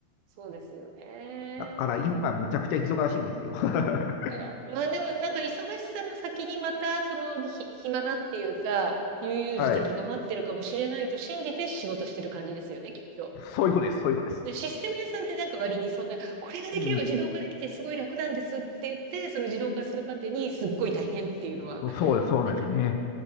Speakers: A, on the right; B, on the left.
A: そうですよね。
B: だから今、むちゃくちゃ忙しいんですよ。<laughs> は
A: だからまあでもなんか忙しさの先にまた、その、ひ、暇なっていうか、悠々自適が待ってるかもしれないと信じて仕事してる感じですよね、
B: い。
A: きっと。
B: そういうことです、そういうことです。
A: でシステム屋さんってなんか割にそんな、これができれば自動化できてすごい楽なんですって言って、
B: うん。
A: その自動化するまでにすっごい大変っていうのは、
B: そうです、そうなんですよね。
A: なんかね、